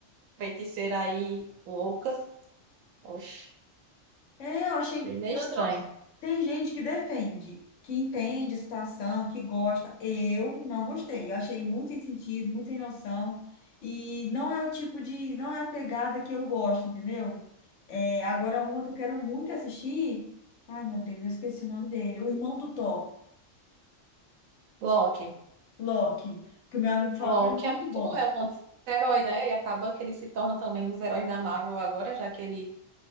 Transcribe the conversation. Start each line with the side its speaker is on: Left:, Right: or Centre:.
Right: feiticeira aí louca. Oxe,
Left: É, eu achei.
Right: achei meio estranho.
Left: Tem gente que defende, que entende a situação, que gosta. Eu não gostei. Eu achei muito sem sentido, muito sem noção. E não é o tipo de, não é a pegada que eu gosto, entendeu? É, agora, uma que eu quero muito assistir. Ai, meu Deus, eu esqueci o nome dele. O irmão do Thor,
Right: Loki.
Left: Loki, que o meu amigo fala
Right: Loki
Left: que é muito
Right: é muito
Left: bom.
Right: bom, é um anti-herói, né? E acaba que ele se torna também um dos heróis da Marvel agora, já que ele,